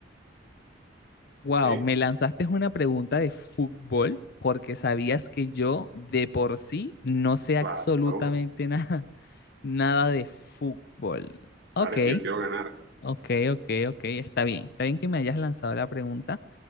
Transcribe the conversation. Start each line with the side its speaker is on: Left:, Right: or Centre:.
Left: Wow,
Right: ¿Eh?
Left: me lanzaste una pregunta de fútbol porque sabías que yo de por sí no sé
Right: Claro,
Left: absolutamente nada, <laughs> nada de fútbol. Ok,
Right: ahora es que yo quiero ganar.
Left: ok, ok, ok, está bien, está bien que me hayas lanzado la pregunta.